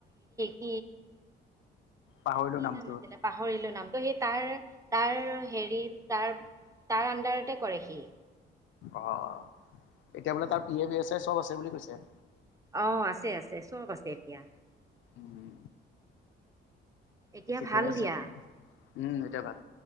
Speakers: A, on the right; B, on the left.
A: এই
B: পাহৰিলো
A: কি
B: নামটো
A: নাম আছিল। পাহৰিলোঁ নামতো সি তাৰ তাৰ হেৰি তাৰ তাৰ আণ্ডাৰতে কৰে সি
B: অ' এতিয়া বোলে তাৰ পি এ বি এ চ'ব আছে বুলি কৈছে।
A: অ' আছে, আছে, চ'ব আছে এতিয়া।
B: উম।
A: এতিয়া
B: ঠিকে
A: ভাল
B: আছে,
A: দিয়া
B: উম, এতিয়া ভাল